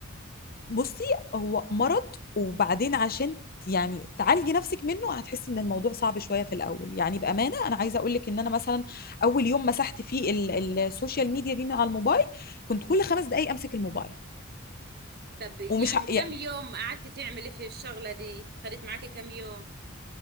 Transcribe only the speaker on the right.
طب يعني
كم يوم قعدت تعملي في الشغلة دي خدت معاكي كم يوم